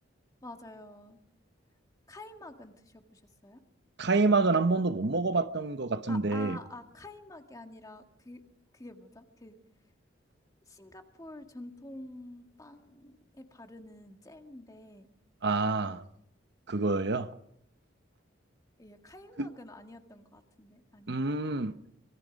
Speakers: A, on the left (about 20°); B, on the right (about 60°).
A: 맞아요. 카이막은 드셔보셨어요?
B: 카이막은 한 번도 못 먹어봤던 것 같은데,
A: 아, 아, 아, 카이막이 아니라 그 그게 뭐죠? 그 싱가포르 전통 빵에 바르는 잼인데
B: 아, 그거예요?
A: 예, 카이막은
B: 그,
A: 아니었던 것 같은데 아닌가?
B: 음,